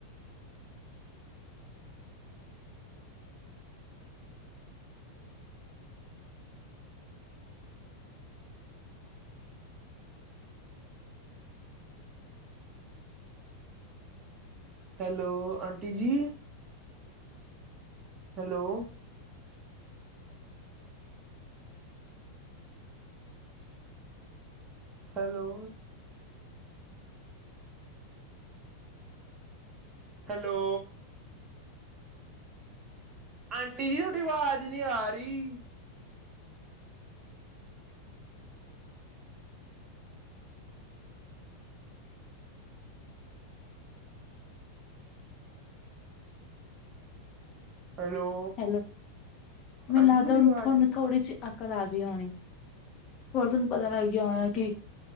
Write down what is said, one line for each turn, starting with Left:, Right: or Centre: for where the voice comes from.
Right: ਹੈਲੋ ਆਂਟੀ ਜੀ। ਹੈਲੋ ਹੈਲੋ ਹੈਲੋ ਆਂਟੀ ਜੀ ਤੁਹਾਡੀ ਆਵਾਜ਼ ਨੀ ਆ ਰੀ ਹੈਲੋ
Left: ਹੈਲੋ ਮੈਨੂੰ
Right: ਆਂਟੀ
Left: ਲੱਗਦਾ
Right: ਜੀ ਤੁਹਾਡੀ
Left: ਹੁਨ
Right: ਆਵਾਜ਼
Left: ਤੁਹਾਨੂੰ
Right: ਨੀ,
Left: ਥੋੜੀ ਜਿਹੀ ਅਕਲ ਆ ਗਈ ਹੋਣੀ। ਹੋ ਤੁਹਾਨੂੰ ਪਤਾ ਲੱਗ ਗਿਆ ਹੋਣਾ ਕੀ